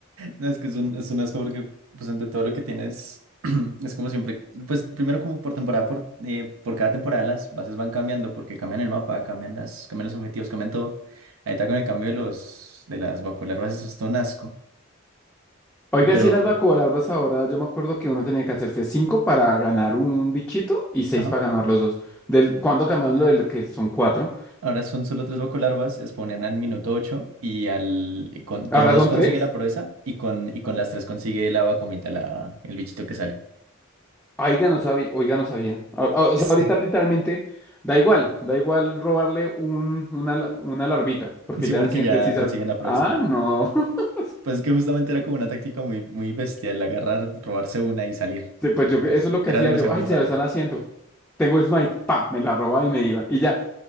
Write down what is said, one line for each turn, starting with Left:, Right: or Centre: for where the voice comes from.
Right: No, es que es un, es un asco porque, pues, ante todo lo que tienes, <clears throat> es como siempre, pues, primero como por temporada, por, eh, por cada temporada las bases van cambiando porque cambian el mapa, cambian las, cambian los objetivos, cambian todo. Ahí está con el cambio de los, de las bacolarvas, eso es todo un asco.
Centre: Oiga,
Right: Pero,
Centre: sí, las vacuolarvas ahora, yo me acuerdo que uno tenía que hacerse cinco para ganar un bichito y seis
Right: ajá,
Centre: para ganar los dos. Del, cuando cambiaron lo del que son cuatro?
Right: ahora son solo tres bacolarvas, spawnan al minuto 8 y al, y con, con
Centre: Ahora
Right: dos
Centre: son
Right: consigue
Centre: tres.
Right: la proeza y con, y con las tres consigue la vacumita, la, el bichito que sale.
Centre: Oiga, no sabía, oiga, no sabía. A- a- O sea, ahorita
Right: <laughs>
Centre: literalmente da igual, da igual robarle un, una, la- una larvita, porque
Right: Sí,
Centre: ya
Right: porque
Centre: en el siguiente
Right: ya
Centre: quizás,
Right: consiguen la proeza.
Centre: ah, no. <laughs>
Right: Pues es que justamente era como una táctica muy, muy bestial, agarrar, robarse una y salir,
Centre: Sí, Pues
Right: porque
Centre: yo, eso
Right: pues
Centre: es lo que
Right: era
Centre: hacía
Right: demasiado
Centre: yo, ay,
Right: rentable.
Centre: se lo están haciendo. Tengo Smite, pa, me la robaba y me iba. Y ya,